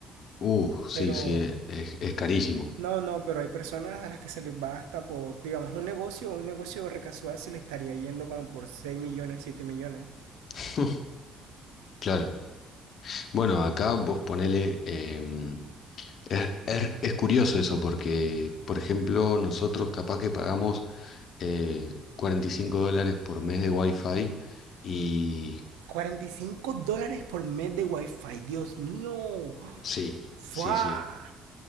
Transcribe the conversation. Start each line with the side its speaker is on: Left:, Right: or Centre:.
Left: Uh, sí,
Right: Pero
Left: sí, e- es, es carísimo.
Right: no, no, pero hay personas a las que se les va hasta por, digamos, un negocio, un negocio recasual se le estaría yendo como por seis millones, siete millones.
Left: <laughs> Claro. Bueno, acá vos ponele... em, es, es- es curioso eso porque, por ejemplo, nosotros capaz que pagamos eh, 45 dólares por mes de wifi y,
Right: cuarenta y cinco dólares por mes de wifi, Dios mío.
Left: Sí,
Right: ¡Fua!
Left: sí, sí.